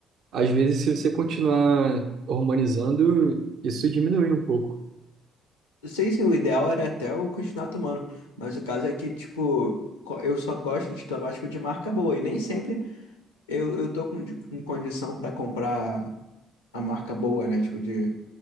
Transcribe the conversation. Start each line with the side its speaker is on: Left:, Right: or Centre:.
Right: Às vezes, se você continuar hormonizando, isso diminui um pouco.
Left: Sei sim, o ideal era até eu continuar tomando, mas o caso é que, tipo, co- eu só gosto de tomar, tipo, de marca boa, e nem sempre eu, eu tô com, com condição pra comprar a marca boa, né? Tipo, de,